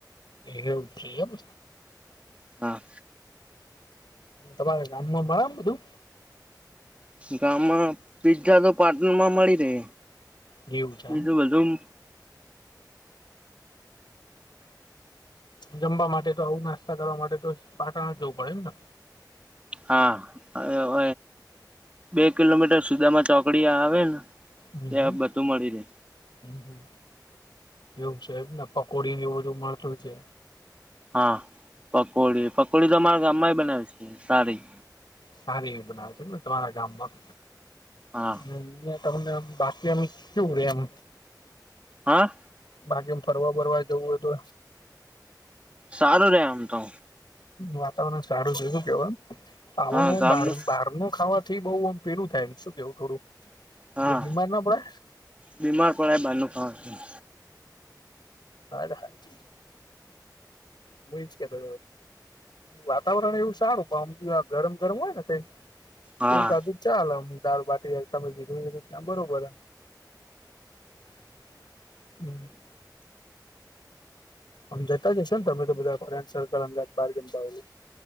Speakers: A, on the left; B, on the right.
A: એવ છે એમ.
B: હા.
A: તમારા ગામમાં મળે એમ બધું?
B: ગામમાં પીઝા તો પાટણ માં મળી રહે.
A: જેવું છે.
B: બીજું બધું
A: જમવા માટે તો આવું નાસ્તા કરવા માટે તો પાટણ જવું પડે એમને?
B: હા <unintelligible> બે કિલોમીટર સુદામાં ચોકડી આવે ને
A: હમ
B: ત્યાં
A: હમ.
B: બધું મળી રહે
A: હમ એવું છેને પકોડી ને એવું બધું મળતું છે.
B: હા પકોડી પકોડી તો અમારા ગામમાં બનાવે છે સારી
A: સારી એવી બનાવે છે, ને તમારા ગામમાં
B: હા
A: તમને બાકી એમ કેવું રે એમ
B: હા.
A: બાકી આમ ફરવા બરવા જવું હોય તો
B: સારું રે આમ તો
A: વાતાવરણ સારું છે, શું કેવા આવવાનું
B: હા ગામનું
A: બાર બાર ઘરનું ખાવાથી બઉ આમ પેરું થાય એમ શું કેવું થોડું
B: હા
A: બહુ બીમાર ના પડે
B: બીમાર પડે બારનું ખાવાથી
A: હ. હું એ જ કેતો વાતાવરણ એવું સારું પણમ ગરમ ગરમ હોય ને કય
B: હા
A: એવું કાધું ચાલ આમ દાળ બાટી તમે ગીધું એવી રીતના બરોબર એ <unintelligible> આમ જતા જઈશો ને તમે તો બધા ફ્રેન્ સર્કલ અમાદાવાદ બહાર ગામ વાલું